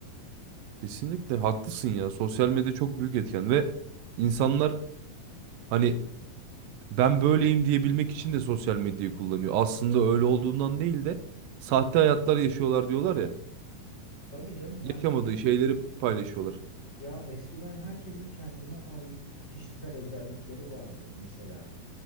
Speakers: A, on the right; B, on the left.
A: Kesinlikle haklısın ya. Sosyal medya çok büyük etken ve insanlar hani ben böyleyim diyebilmek için de sosyal medyayı kullanıyor. Aslında öyle olduğundan değil de sahte hayatlar yaşıyorlar diyorlar ya.
B: Tabii canım
A: yaşamadığı
B: aynen öyle.
A: şeyleri paylaşıyorlar.
B: Ya eskiden herkesin kendine ait kişisel özellikleri vardı mesela.